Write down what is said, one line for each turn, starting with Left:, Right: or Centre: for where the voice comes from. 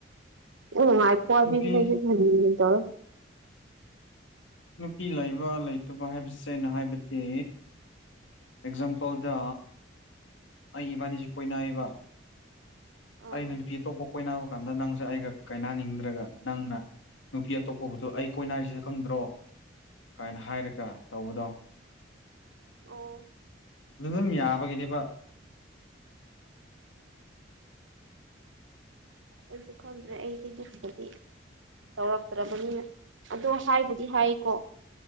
Right: ꯑꯣꯥꯏ ꯄꯕꯤ
Left: ꯅꯨꯄꯤ
Right: ꯇꯣ
Left: ꯅꯨꯄꯤ ꯂꯩꯕ ꯂꯩꯇꯕ ꯍꯥꯏꯁꯦ ꯑꯅ ꯍꯥꯏꯕꯗꯤ ꯑꯦꯛꯖꯥꯝꯄꯜ ꯁꯣꯜꯗ ꯑꯩ ꯏꯕꯥꯅꯤꯁꯨ ꯀꯣꯏꯅꯏꯕ
Right: ꯑꯥ
Left: ꯑꯩꯅ ꯅꯨꯄꯤ ꯑꯇꯣꯞꯄ ꯀꯣꯏꯅꯔ ꯀꯥꯟꯗ ꯅꯪꯁꯦ ꯑꯩꯒ ꯀꯥꯏꯅꯅꯤꯡꯗ꯭ꯔꯒ ꯅꯪꯅ ꯅꯨꯄꯤ ꯑꯇꯣꯞꯄꯕꯨꯗꯨꯣ ꯑꯩ ꯀꯣꯏꯅꯔꯤꯁꯤꯦ ꯈꯪꯗ꯭ꯔꯣ ꯀꯥꯏꯅ ꯍꯥꯏꯔꯒ ꯇꯧꯕꯗꯣ
Right: ꯑꯣ
Left: ꯑꯗꯨ ꯑꯗꯨꯝ ꯌꯥꯕꯒꯤꯅꯦꯕ
Right: ꯑꯩꯁꯨ ꯈꯪꯗ꯭ꯔꯦ ꯑꯩꯁꯤ ꯌꯄꯗꯤ ꯇꯧꯔꯛꯇ꯭ꯔꯕꯅꯤꯅ ꯑꯗꯣ ꯍꯥꯏꯕꯨꯗꯤ ꯍꯥꯏꯀꯣ